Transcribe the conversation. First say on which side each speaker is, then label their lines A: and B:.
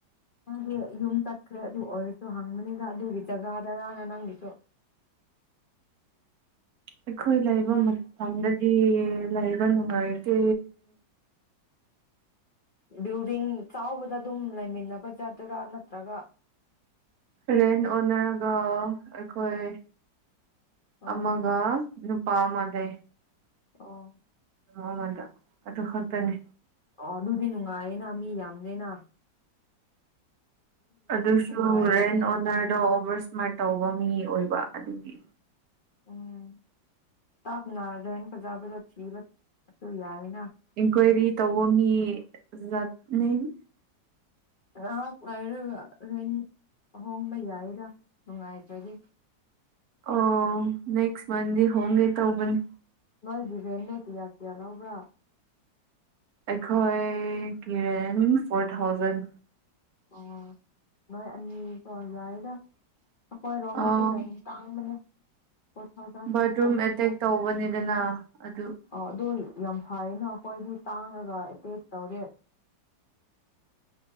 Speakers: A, on the left (about 85°); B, on the right (about 60°).
A: ꯅꯪꯗꯤ ꯌꯨꯝ ꯆꯠꯈ꯭ꯔꯦ ꯑꯗꯨ ꯑꯣꯏꯔꯁꯨ ꯍꯪꯕꯅꯤꯗ ꯑꯗꯨꯒꯤ ꯖꯒꯥꯗꯔꯅ ꯅꯪꯒꯤ ꯗꯣ
B: ꯑꯩꯈꯣꯏ ꯂꯩꯕ ꯃꯇꯝꯗꯗꯤ ꯂꯩꯕ ꯅꯨꯡꯉꯥꯏꯇꯦ
A: ꯕꯤꯜꯗꯤꯡ ꯆꯥꯎꯕꯗ ꯑꯗꯨꯝ ꯂꯩꯃꯤꯟꯅꯕ ꯖꯥꯠꯇꯨꯔꯥ ꯅꯠꯇ꯭ꯔꯒ
B: ꯔꯦꯟ ꯑꯣꯏꯅꯒ ꯑꯩꯈꯣꯏ
A: ꯑꯥ
B: ꯑꯃꯒ ꯅꯨꯄꯥ ꯃꯥꯟꯗꯦ
A: ꯑꯣ
B: ꯑꯃꯗ ꯑꯗꯨ ꯈꯛꯇꯅꯦ
A: ꯑꯣ ꯑꯗꯨꯗꯤ ꯅꯨꯡꯉꯥꯏꯌꯦꯅ ꯃꯤ ꯌꯥꯝꯅꯦꯅ
B: ꯑꯗꯨꯁꯨ
A: ꯅꯨꯡꯉꯥꯏꯇꯕꯅꯦ
B: ꯔꯦꯟ ꯑꯣꯅꯔꯗꯣ ꯑꯣꯚꯔ ꯏꯁꯃꯥꯔꯠ ꯇꯧꯕ ꯃꯤ ꯑꯣꯏꯕ ꯑꯗꯨꯒꯤ
A: ꯎꯝ ꯇꯥꯞꯅ ꯔꯦꯟꯇ ꯐꯖꯥꯕꯗ ꯊꯤꯕꯁꯨ ꯌꯥꯏꯌꯦ
B: ꯏꯟꯀ꯭ꯋꯥꯏꯔꯤ ꯇꯧ ꯃꯤ ꯅꯠꯅꯤ
A: ꯉꯍꯥꯛ ꯂꯩꯔꯒ ꯔꯦꯟꯇ ꯍꯣꯡꯕ ꯌꯥꯏꯗ ꯅꯨꯡꯉꯥꯏꯇ꯭ꯔꯗꯤ
B: ꯑꯣ ꯅꯦꯛꯁ ꯃꯟꯗꯩ ꯍꯣꯡꯅꯦ ꯇꯧꯕꯅꯤ
A: ꯅꯣꯏꯒꯤ ꯔꯦꯟꯗꯣ ꯀꯤꯌꯥ ꯀꯌꯥ ꯂꯧꯕ꯭ꯔꯥ
B: ꯑꯩꯈꯣꯏ ꯀ꯭ꯂꯦꯃꯤꯡꯁ ꯐꯣꯔ ꯊꯥꯎꯖꯟ
A: ꯑꯣ ꯅꯣꯏ ꯑꯅꯤ ꯑꯣ ꯌꯥꯔꯤꯗ ꯑꯩꯈꯣꯏꯔꯣꯝꯒꯤ
B: ꯑꯥ
A: ꯇꯨꯗ ꯇꯥꯡꯕꯅꯦ ꯑꯟꯏꯟꯇꯦꯜꯂꯤꯖꯦꯕꯜ
B: ꯕꯥꯠꯔꯨꯝ ꯑꯦꯇꯦꯛ ꯇꯧꯕꯅꯤꯗꯅ ꯑꯗꯨ
A: ꯌꯥꯝ ꯐꯩꯅ ꯑꯩꯈꯣꯏꯗꯤ ꯇꯥꯡꯉꯒ ꯑꯦꯇꯦꯛ ꯇꯧꯗꯦ